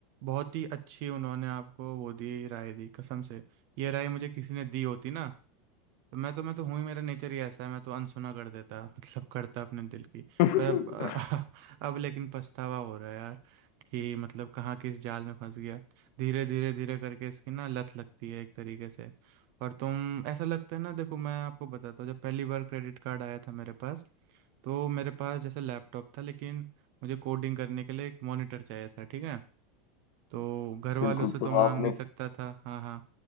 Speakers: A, on the right; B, on the left.
A: बहुत ही अच्छी उन्होंने आपको वो दी राय दी कसम से ये राय मुझे किसी ने दी होती ना तो मैं तो मैं तो हूँ ही मेरा नेचर ही ऐसा है मैं तो अनसुना कर देता मतलब करता अपने दिल की
B: <laughs>
A: पर अब <laughs> अब लेकिन पछतावा हो रहा है यार कि मतलब कहाँ किस जाल में फंस गया धीरे धीरे धीरे करके इसकी ना लत लगती है एक तरीके से और तुम ऐसा लगता है ना देखो मैं आपको बताता हूँ जब पहली बार क्रेडिट कार्ड आया था मेरे पास तो मेरे पास जैसे लैपटॉप था लेकिन मुझे कोडिंग करने के लिए एक मॉनिटर चाहिए था ठीक है तो घर वालों
B: बिल्कुल
A: से
B: तो
A: तो मांग
B: आपने
A: नहीं सकता था हाँ हाँ